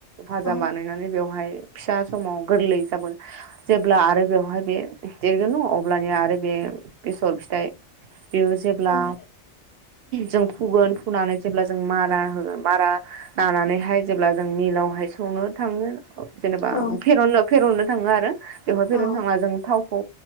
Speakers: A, on the right (about 65°); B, on the left (about 65°).
A: भाजा
B: औ
A: एवनानै बेवहाय फिसा समाव गोरलै जाबोन जेब्ला आरो बेवहाय बे देरगोन न अब्लानिया आरो बे बेसर फिथाइ बेयो जेब्ला
B: औ
A: जों फुगोन फुनानै जेब्ला जों मारा होगोन मारा लानानैहाय जेब्ला जों मिलावहाय सौ सौनो थाङो जेनेबा
B: औ
A: फेरनो फेरननो थाङो आरो बेवहाय
B: औ
A: फेरननो
B: औ
A: थांना जों थावखौ